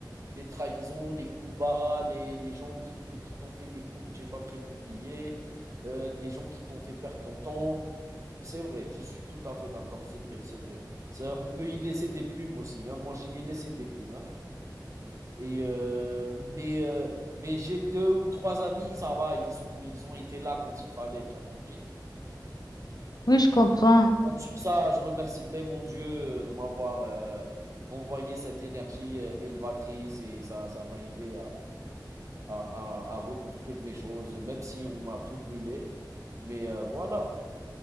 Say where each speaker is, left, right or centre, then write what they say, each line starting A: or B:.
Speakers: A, on the right; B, on the left.
A: Les trahisons, les coups bas, les, les gens qui, te, qui t'ont fait des coups que tu n'es pas prêt d'oublier, euh, des gens qui t'ont fait perdre ton temps. C'est vrai, je suis tout à fait d'accord. C'est vrai, c'est vrai. Ça, on peut y laisser des plumes aussi. Hein. Moi, j'y ai laissé des plumes. Hein. Et euh, mais euh, mais j'ai deux ou trois amis, ça va, ils, sont, ils ont été là quand il fallait, tu as compris
B: Oui, je comprends.
A: Donc sur ça, je remercie vraiment Dieu, heu, de m'avoir, heu, envoyé cette énergie, heu, élevatrice et ça ça m'a aidé à à à à reconstruire mes choses, même si on m'a tout brûlé. Mais, heu, voilà,